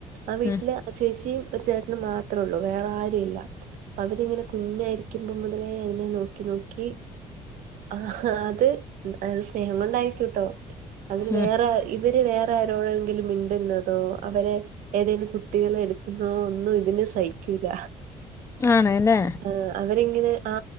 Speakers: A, on the right; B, on the left.
A: ആ വീട്ടില്
B: ഉം
A: ആ ചേച്ചിയും ഒരു ചേട്ടനും മാത്രേള്ളൂ വേറെ ആരും ഇല്ല അപ്പൊ അവരിങ്ങനെ കുഞ്ഞായിരിക്കുമ്പോ മുതലേ അതിനെ നോക്കി നോക്കി ആ അത് അതുസ്നേഹം കൊണ്ടായിരിക്കുട്ടോ അതിന് വേറെയാര്
B: ഉം
A: ഇവരു വേറെ ആരോടെങ്കിലും മിണ്ടുന്നതോ അവരെ ഏതേലും കുട്ടികളെ എടുക്കുന്നോ ഒന്നും ഇതിന് സഹിക്കൂല
B: ആണ്‌ ല്ലേ
A: ആ അവരിങ്ങനെ ആ